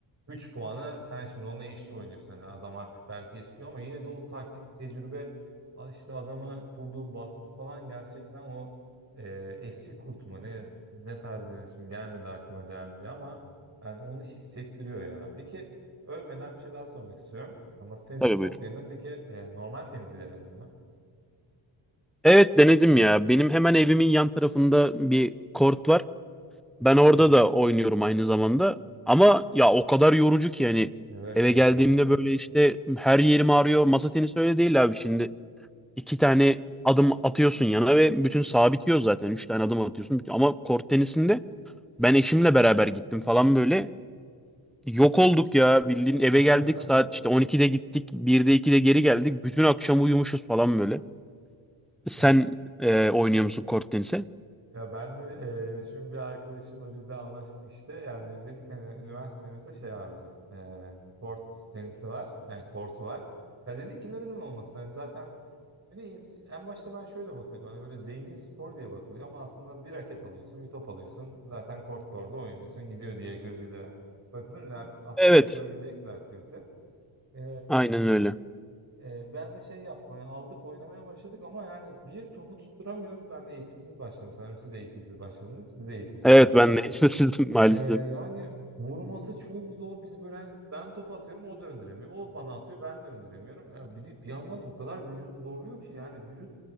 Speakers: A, on the right; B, in the centre.
A: 3 puanı sen şimdi onunla eşit oynuyorsun. Hani adam artık belki eskiyor ama yine de o taktik tecrübe a- işte adama kurduğu baskı falan gerçekten o e, eski kurt mu ne, ne tarz denir şimdi gelmedi aklıma dendi ama yani onu hissettiriyor ya. Peki ölmeden bir şey daha sormak istiyorum. Masa tenisini
B: Tabii
A: çok
B: buyur.
A: denedim. Peki e, normal tenisi denedin mi?
B: Evet denedim ya. Benim hemen evimin yan tarafında bir kort var. Ben orada
A: Hı hı.
B: da oynuyorum aynı zamanda. Ama ya o kadar yorucu ki yani
A: Evet
B: eve
A: ya.
B: geldiğimde böyle işte her yerim ağrıyor. Masa tenisi öyle değil abi şimdi. İki tane adım atıyorsun yana ve bütün saha bitiyor zaten. Üç tane adım atıyorsun. bitiyor. Ama kort tenisinde ben eşimle beraber gittim falan böyle. Yok olduk ya bildiğin eve
A: <laughs>
B: geldik saat işte 12'de gittik 1'de 2'de geri geldik. Bütün akşam uyumuşuz falan böyle. Sen
A: Evet.
B: e, oynuyor musun kort tenisi?
A: Ya ben de e, şimdi bir arkadaşımla biz de anlaştık işte. Yani dedik hani üniversitemizde şey var bizim. E, kort tenisi var. Yani kortu var. Ya dedik ki neden olmasın? Hani zaten bir de ins- en başta ben şöyle bakıyordum. Hani böyle zengin sporu diye bakılıyor ama aslında bir raket alıyorsun, bir top alıyorsun. Zaten kortta orada oynuyorsun, gidiyor diye gözüyle bakılınca at- aslında
B: Evet
A: yapılabilecek bir aktivite. E,
B: aynen öyle.
A: E, ben de şey yaptım. hani aldık oynamaya başladık ama yani bir topu tutturamıyoruz. Ben eğitimsiz başladım. Sanırım siz de eğitimsiz başladınız. Biz de eğitimsiz
B: Evet
A: başladık.
B: ben de <laughs> sizin maalesef.
A: E, yani vurması çok zor. Biz böyle hani ben top atıyorum o döndüremiyor. O bana atıyor ben döndüremiyorum. Ya bir, de bir yandan o kadar vücudu zorluyor ki yani vücut